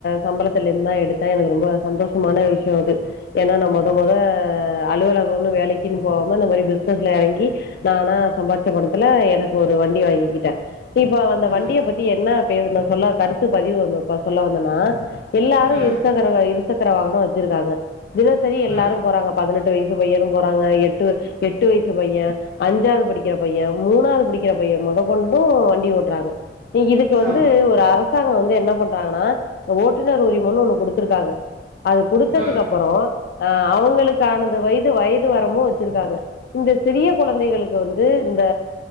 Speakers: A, on the left; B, on the right.
A: சம்பளத்துல இருந்தா எடுத்தே எனக்கு ரொம்ப சந்தோஷமான விஷயொ அது ஏன்னா நா மொத மொத அலுவலகம்ன்னு வேலைக்குன்னு போகாம இந்த மாரி பிசினஸ்ல எறங்கி நானா சம்பாரிச்ச பணத்துல எனக்கு ஒரு வண்டி வாங்கிக்கிட்டே இப்ப அந்த
B: ம்
A: வண்டிய பத்தி என்ன செய்தி ஒன்னு சொல்ல கருத்து பதிவு வந்த சொல்ல வந்தன்னா எல்லாரு
B: ம்
A: இருசக்கர இரு சக்கர வாகனொ வெச்சிருக்காங்க தினசரி எல்லாரு
B: ம்
A: போறாங்க பதினெட்டு வயசு பையனு போறாங்க எட்டு எட்டு வயசு பைய அஞ்சாவது படிக்கிற பைய மூணாவது படிக்கிற பைய முதற்கொண்டு வண்டி ஓட்டுறாங்க நீங்க இப்ப வந்து
B: ஆமா
A: ஒரு அ ரசாங்க வந்து என்ன பண்றாங்கன்னா இந்த ஓட்டுநர் உரிமொன்னு ஒண்ணு குடுத்துருக்காங்க அது குடுத்ததுக்கு
B: ம்
A: அப்புறம் அஹ் அவங்களுக்கானது வயது வயது வரம்பும் வச்சிருக்காங்க இந்த சிறிய குழந்தைகளுக்கு வந்து இந்த